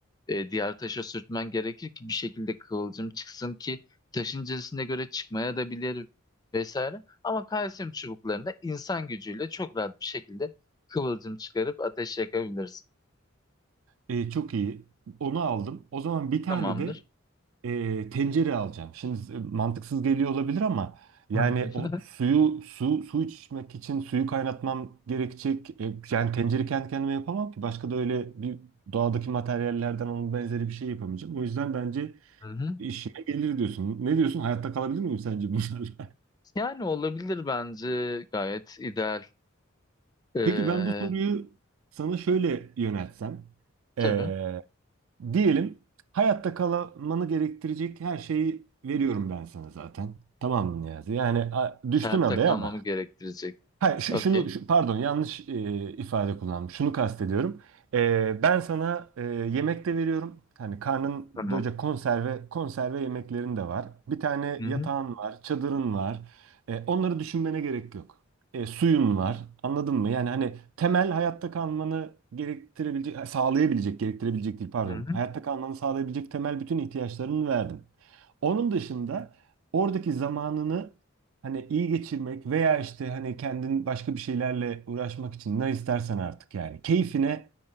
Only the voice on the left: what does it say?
e, diğer taşa sürtmen gerekir ki bir şekilde kıvılcım çıksın ki taşın cinsine göre çıkmaya da bilir vesaire. Ama kalsiyum çubuklarında insan gücüyle çok rahat bir şekilde kıvılcım çıkarıp ateş yakabiliriz.
Tamamdır.
<laughs>
Hı hı.
Yani olabilir bence gayet ideal. Ee,
tabii
hayatta
kalmamı
gerektirecek.
Okey.
Tamam.
Hı
hı.
Hı hı.